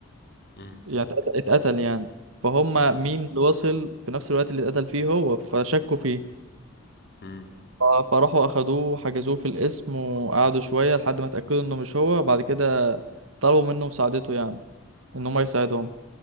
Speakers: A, on the left; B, on the right.
A: امم
B: يعني اتقت- اتقتل يعني فهم
A: ايوه
B: مين اللي وصل في نفس الوقت اللي اتقتل فيه هو فشكوا فيه
A: امم
B: ف- فراحوا اخدوه وحجزوه في القسم وقعدوا شوية لحد ما اتأكدوا انه مش هو بعد كده طلبوا منه مساعدته يعني ان هم يساعدهم